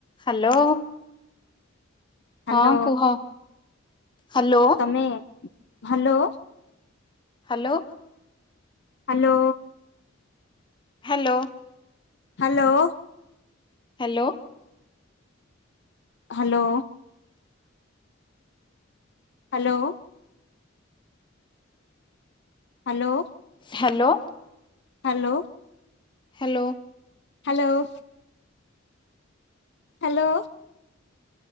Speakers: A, on the left (about 25°); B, on the left (about 60°).
A: ହ୍ୟାଲୋ
B: ହ୍ୟାଲୋ
A: ହଁ କୁହ। ହ୍ୟାଲୋ।
B: ମେ hello.
A: Hello.
B: Hello.
A: Hello.
B: Hello.
A: Hello.
B: Hello. Hello. Hello.
A: Hello.
B: Hello.
A: Hello.
B: Hello. Hello.